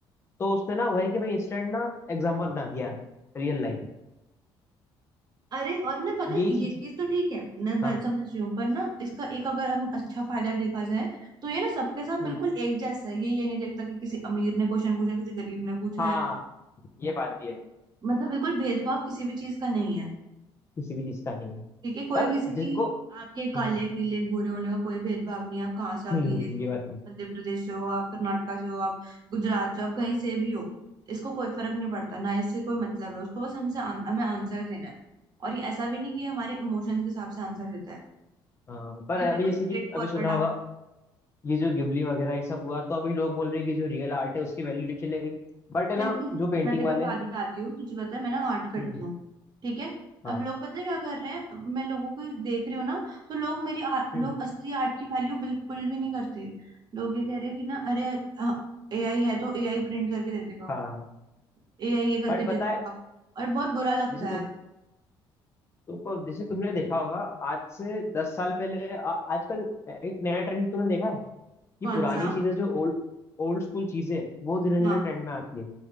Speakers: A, on the left; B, on the right.
A: तो उसने ना वही कि भाई इंस्टेंट ना एग्जांपल बना दिया रियल लाइफ
B: अरे और ना पता है
A: यही चीज
B: ये चीज तो ठीक है मैं ब-
A: हाँ
B: समझ रही हूँ पर ना इसका एक अगर हम अच्छा फायदा देखा जाए तो ये ना सबके साथ
A: हम्म,
B: बिल्कुल एक जैसा है ये ये नहीं देखता कि किसी अमीर ने क्वेश्चन पूछा किसी गरीब ने पूछा
A: हाँ
B: है
A: ये बात भी है
B: मतलब बिल्कुल भेदभाव किसी भी चीज का नहीं है
A: किसी भी चीज का नहीं है
B: ठीक है कोई
A: पर
B: किसी भी
A: जिसको
B: आपके
A: हम्म,
B: काले पीले गोरे होने का कोई भेदभाव नहीं है आप कहाँ से हो,
A: हम्म,
B: आप दिल्ली से हो आप
A: ये बात है
B: मध्य प्रदेश से हो आप कर्नाटका से हो आप गुजरात से हो आप कहीं से भी हो इसको कोई फर्क नहीं पड़ता ना इससे कोई मतलब है उसको बस हमसे आन, हमें आंसर देना है और ये ऐसा भी नहीं कि ये हमारे इमोशंस के हिसाब से आंसर देता है
A: हाँ, पर
B: ये
A: अभी
B: बिल्कुल
A: जैसे
B: स्ट्रेट
A: कि
B: फॉरवर्ड
A: अभी सुना
B: आंसर
A: होगा ये जो गिबली वगैरह ये सब हुआ तो अभी लोग बोल रहे हैं कि जो रियल आर्ट है उसकी वैल्यू चले गई बट है
B: बिल्कुल
A: ना जो पेंटिंग
B: मैं तेरे को
A: वाले
B: एक बात बताती हूँ तुझे पता है मैं ना आर्ट करती
A: हम्म
B: हूँ ठीक है
A: हाँ
B: अब लोग पता है क्या कर रहे हैं मैं लोगों को देख रही हूँ ना तो लोग मेरी आ, लोग
A: हम्म
B: असली आर्ट की वैल्यू बिल्कुल भी नहीं करते लोग ये कह रहे हैं कि ना अरे एआई है तो एआई प्रिंट करके दे देगा
A: हाँ
B: एआई ये करके
A: बट
B: दे
A: पता
B: देगा
A: है
B: और बहुत बुरा लगता
A: जैसे तुम
B: है
A: तुमको जैसे तुमने देखा होगा आज से दस साल पहले आ, आजकल एक नया ट्रेंड तुमने देखा है ये
B: कौन
A: पुरानी
B: सा
A: चीजें जो ओल्ड ओल्ड स्कूल चीजें हैं, वो धीरे धीरे
B: हाँ
A: ट्रेंड में आती है